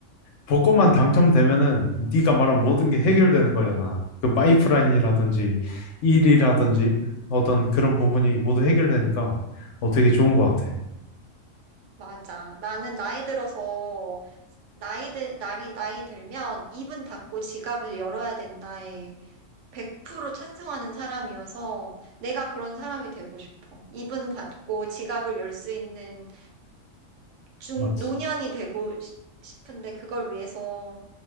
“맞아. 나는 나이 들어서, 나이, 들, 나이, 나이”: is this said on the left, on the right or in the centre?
Right